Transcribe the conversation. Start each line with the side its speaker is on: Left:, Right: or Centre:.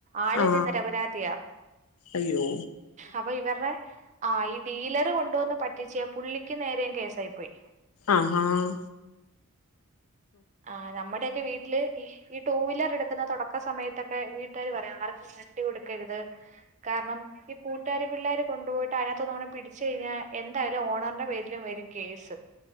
Right: ആള്
Left: ആ
Right: <unintelligible> നിരപരാധിയാ
Left: അയ്യോ
Right: അപ്പൊ ഇവറെ ആ ഈ ഡീലർ കൊണ്ടോന്ന് പറ്റിച്ച പുള്ളിക്ക് നേരെയും കേസായി പോയി
Left: ആഹ് ആഹ്
Right: ആ നമ്മടൊക്കെ വീട്ടില് ഈ ടൂ വീലർ എടുക്കുന്ന തുടക്ക സമയത്തൊക്കെ വീട്ടേര് പറയാം ആരക്കും വണ്ടി കൊടുക്കരുത് കാരണം ഈ കൂട്ടാര് പിള്ളാര് കൊണ്ടുപോയിട്ട് അതിനകത്ത് ഒന്ന് പിടിച്ച കഴിഞ്ഞാ എന്തായാലും ഓണറിന്റെ പേരിലും വരും കേസ്